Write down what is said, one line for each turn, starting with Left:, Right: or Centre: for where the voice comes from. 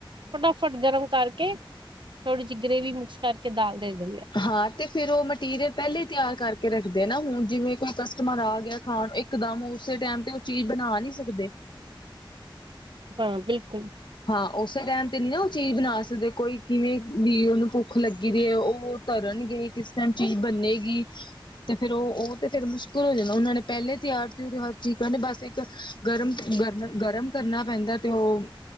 Right: ਫਟਾਫਟ ਗਰਮ ਕਰਕੇ ਥੋੜ੍ਹੀ ਜਿਹੀ ਗਰੇੇਵੀ ਮਿਕਸ ਕਰਕੇ ਦਾਲ ਦੇ ਦਿੰਦੇ ਆ।
Left: ਹਾਂ ਤੇ ਫਿਰ ਉਹ ਮਟੀਰੀਅਲ ਪਹਿਲੇ ਹੀ ਤਿਆਰ ਕਰਕੇ ਰੱਖਦੇ ਨਾ ਹੁਣ ਜਿਵੇਂ ਕੋਈ ਕਸਟਮਰ ਆ ਗਿਆ ਖਾਣ ਇੱਕ ਇਕਦਮ ਉਸੇ ਟਾਈਮ ਤੇ ਉਹ ਚੀਜ਼ ਬਣਾ ਨਹੀਂ ਸਕਦੇ।
Right: ਹਾਂ ਬਿਲਕੁਲ
Left: ਹਾ ਉਸੇ ਟਾਈਮ ਤੇ ਨੀ ਨਾ ਉਹ ਚੀਜ਼ ਬਣਾ ਸਕਦੇ ਕੋਈ ਕਿਵੇਂ ਵੀ ਉਹਨੂੰ ਭੁੱਖ ਲੱਗੀ ਰ ਹੈ ਉਹ ਤਰਨਗੇ ਕਿਸ ਟਾਈਮ ਚੀਜ਼ ਬਨੇਗੀ। ਤੇ ਫੇਰ ਉਹ ਉਹ ਤੇ ਫੇਰ ਮੁਸ਼ਕਿਲ ਹੋ ਜਾਂਦਾ ਉਹਨਾਂ ਨੇ ਪਹਿਲੇ ਤਿਆਰ ਤਰੀ ਹਰ ਚੀਜ਼ ਕਹਿੰਦੇ ਬਸ ਇੱਕ ਗਰਮ ਗਰ ਗਰਮ ਕਰਨਾ ਪੈਂਦਾ ਤੇ ਉਹ-